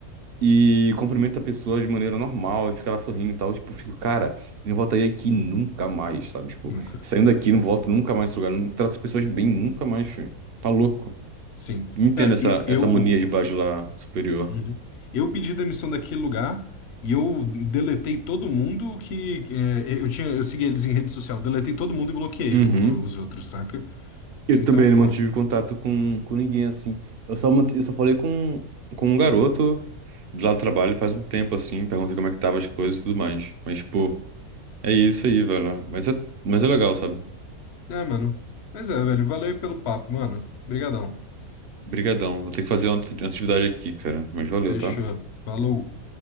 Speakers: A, on the right; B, on the left.
A: e cumprimenta a pessoa de maneira normal, e fica lá sorrindo e tal. Tipo, eu fico, cara, ele não voltaria aqui nunca mais, sabe? Tipo,
B: nunca,
A: saindo
B: nunca.
A: daqui, não volto nunca mais nesse lugar, não trato as pessoas bem nunca mais, tio. Tá louco.
B: Sim.
A: Não entendo
B: Cara,
A: essa,
B: e- eu.
A: essa mania de baixo lá superior.
B: Uhum. Eu pedi demissão daquele lugar e eu deletei todo mundo que. é, eu tinha, eu segui eles em rede social, deletei todo mundo e bloqueei
A: Uhum.
B: o- os outros, saca?
A: Eu
B: Então,
A: também
B: pô.
A: não mantive contato com, com ninguém, assim. Eu só, mant- eu só falei com, com um garoto. Do lado do trabalho faz um tempo assim, perguntei como é que tava as coisas e tudo mais. Mas, pô, É isso aí, velho. Mas é, mas é legal, sabe?
B: É, mano. Mas é, velho. Valeu aí pelo papo, mano. Obrigadão.
A: Brigadão. Vou ter que fazer uma ati- atividade aqui, cara. Mas valeu,
B: Fechou.
A: tá?
B: Falou.